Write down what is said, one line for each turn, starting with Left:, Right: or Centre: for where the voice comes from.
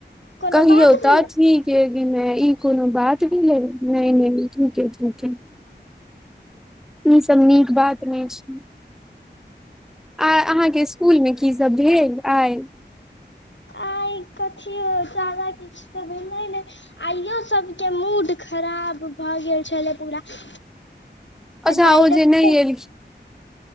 Left: कोनो
Centre: कहियौ
Left: बात भेलै
Centre: तऽ ठीक। के ई नै ई कोनो बात भेलय। नै ई निक केलखिन। ई सब नीक बात नहि छै। आ अहाॅंके ईस्कूल मे की सब भेल आय?
Left: आइ कथिओ जादा किछ तऽ भेलै ने आइयो सबके मूड खराब भऽ गेल छलै पूरा। <inaudible>
Centre: अच्छा
Left: डायरेक्ट
Centre: ओ जे नहि ऐलखिन।